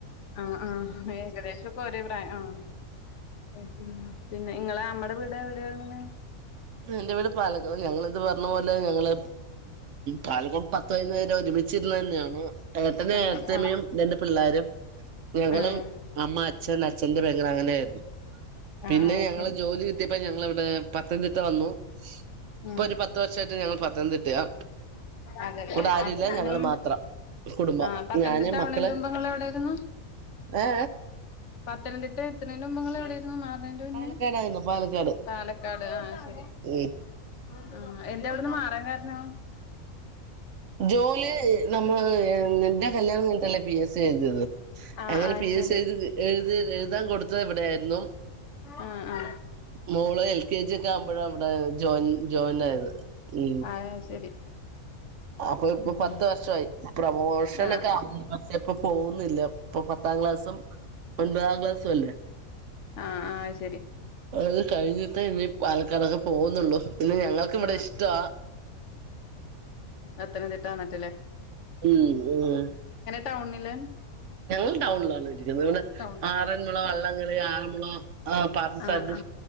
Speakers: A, on the left; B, on the right.
A: ആ ആഹ് ഏകദേശംൊക്കെ ഒരേ പ്രായം ആ പിന്നെ ങ്ങളെ നമ്മടെ വീടെ എവിടെയാണ്
B: എന്റെ വീട് പാലക്കവലഞങ്ങളിത് പറഞ്ഞ പോലെ ഞങ്ങള് പലക്കോട് പത്തൈ പേരം ഒരുമിച്ചിരുന്ന തന്നെയാണ്ോ <inaudible> ഏട്ടന
A: അതെ
B: ഏട്ത്തിയമ്മയും
A: ആഹ്
B: രണ്ട് പിള്ളാരും ഞങ്ങളും
A: ആഹ്
B: അമ്മ അച്ഛൻ അച്ഛന്റെ പെങ്ങൾ അങ്ങനെ ആയിരുന്നു പിന്നെ
A: ആഹ് ആഹ്
B: ഞങ്ങള്
A: ശരി
B: ജോലി കിട്ടിയപ്പോ ഞങ്ങ ഇവിടെ പത്തംതിട്ട ഇ വന്നു ഇപ്പൊ
A: ഉം
B: ഒരു പത്ത് വർഷമായിട്ട് ഞങ്ങള് പത്തനംതിട്ടയാ
A: അതല്ലേ
B: ഇവിടെ ആരുല്ല
A: അപ്പൊ
B: ഞങ്ങള്ൾ
A: ഇങ്ങളും
B: മാത്രം കുടുംബം
A: ആഹ് പത്തനംതിട്ട
B: ഞാന് മക്കള്
A: ആവണേന്റെ മുമ്പ് ഇങ്ങള് എവിടെയായിരുന്നു
B: ഏ
A: പത്തനംതിട്ട എത്തണേന മുമ്പ് നിങ്ങൾഎവിടാരുന്നു മാ ന്റെ മുന്നേ
B: പാലക്കാടായിരുന്നു പാലക്കാട്
A: പാലക്കാട് ആഹ ശരി
B: ഉം
A: ആ എന്താ അവിടന്ന് മാറാൻ കാരണം
B: ജോലി നോ ന്റെകല്യാണം കഴിഞ്ഞിട്ടല്ലേ പിഎസ് സി എഴുതിയത്
A: ആ
B: അങ്ങനെ
A: ആ
B: പി
A: ശരി
B: എസ് സി എഴുത ത് എഴുതാൻ കൊടുത്തത് ഇവിടെയായിരുന്നു
A: ആ ആ
B: മോള് എൽ കെ ജി ഒക്കെ ആവുമ്പോഴ ഇവിടെ ജോയിൻജോയിൻ ആയത് ഉ
A: ആ ശരി
B: അപ്പൊ ഇപ്പൊ
A: ഉം
B: പത്ത് വർഷമായി പ്രമോഷന
A: ആ
B: ഒക്കെ പക്ഷേ ഇപ്പൊ പോകുന്നില്ല ഇപ്പൊ പത്ത പത്താം ക്ലാസും ഒൻപതാം ക്ലാസും അല്ലേ
A: ആ ആ ശരി
B: അത് കഴിഞ്ഞിട്ടേ ഇനി പാലക്കാടൊക്കെ പോകുന്നുള്ളു പിന്നെ ഞങ്ങൾക്ക ഇവിടെ
A: ആ
B: ഇഷ്ടമാ
A: എത്രന തതിട്ടാ വന്നിട്ടില്ലേ
B: ഉം ഉം
A: ടൗണില്
B: ഞങ്ങൾ ടൗണിലാണ് ഇരിക്കുന്നത് ഇവിടെ
A: ടൗണിൽ
B: ആറന്മുള വള്ളംകളി ആറന്മുള ആ പാർസദ്യ
A: ആ ആ